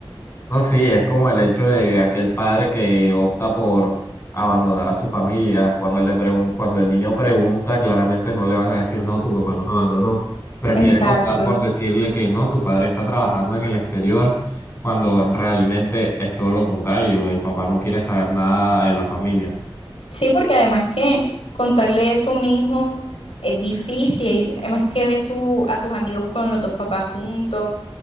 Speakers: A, on the left; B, on the left.
A: No, sí, es como el hecho de aquel padre que opta por abandonar a su familia. Cuando le pregun- cuando el niño pregunta, claramente no le van a decir, no, tu papá nos abandonó. Prefieren
B: Exacto.
A: optar por decirle que no, tu padre está trabajando en el exterior, cuando realmente es todo lo contrario. El papá no quiere saber nada de la familia.
B: Sí, porque además que contarle eso a un hijo es difícil, además que ve su, a sus amigos con los dos papás juntos,